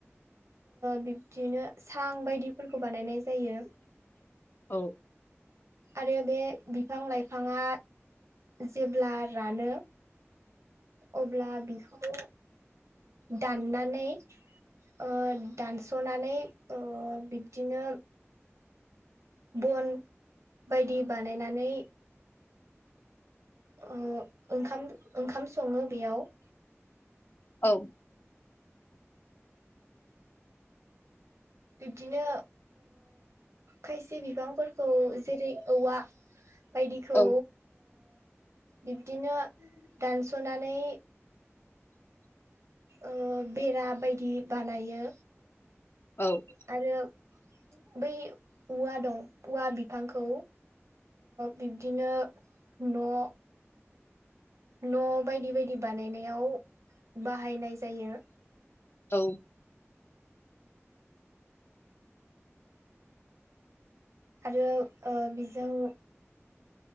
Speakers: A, on the right (about 75°); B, on the left (about 50°).
A: बिब्दिनो सां बायदिफोरखौ बानायनाय जायो
B: औ
A: आरो बे बिफां लाइफाङा जेब्ला रानो अब्ला बिखौ दाननानै ओ दानस'नानै ओ बिब्दिनो बन बायदि बानायनानै ओओंखाम ओंखाम सङो बेयाव
B: औ
A: बिब्दिनो खायसे बिबांफोरखौ जेरै औवा बायदिखौ
B: औ
A: बिब्दिनो दानस'नानै ओ बेरा बायदि बानायो
B: औ
A: आरो बै औवा दं औवा बिफांखौ बिब्दिनो न' न' बायदि बायदि बानायनायाव बाहायनाय जायो।
B: औ
A: आरो बिजों